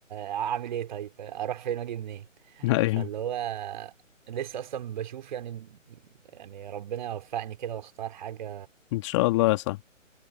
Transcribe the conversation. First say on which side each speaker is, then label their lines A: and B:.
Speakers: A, on the right (about 35°); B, on the left (about 25°).
A: اعمل ايه طيب اروح فين واجي منين
B: <laughs> ايوه
A: فاللي هو لسه اصلا بشوف يعني يعني ربنا يوفقني كده واختار حاجه
B: ان شاء الله يا صاحبي